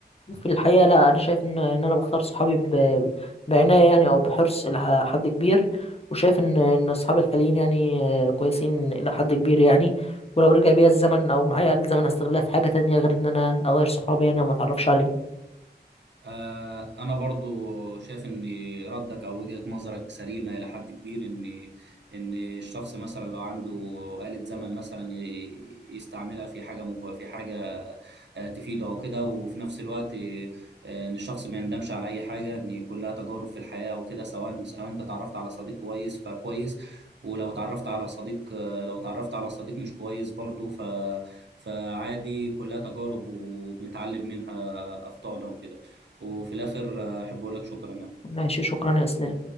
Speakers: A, on the left; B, on the right.
A: في الحقيقه لا انا شايف ان ان انا بختار صحابي ب- بعنايه يعني او بحرص الى ح- حد كبير وشايف ان ان صحابي الحاليين يعني آه، كويسين الى حد كبير يعني ولو رجع بيا الزمن او معايا آلة زمن هستغلها في حاجه تانية غير ان انا اغير صحابي يعني او ما اتعرفش عليهم
B: آه، أنا برضو شايف إن ردك أو وجهة نظرك سليمة إلى حد كبير إن إن الشخص مثلا لو عنده آلة زمن مثلا ي- يستعملها في حاجة مف... في حاجة آه، تفيده أو كده وفي نفس الوقت آه، إن الشخص ما يندمش على أي حاجة إن كلها تجارب في الحياة وكده سواء سواء أنت اتعرفت على صديق كويس فكويس ولو اتعرفت على صديق آه، لو اتعرفت على صديق مش كويس برضو ف... فعادي كلها تجارب وبنتعلم منها أخطائنا وكده وفي الاخر آه، احب اقول لك شكرا يعني.
A: ماشي شكرا يا اسلام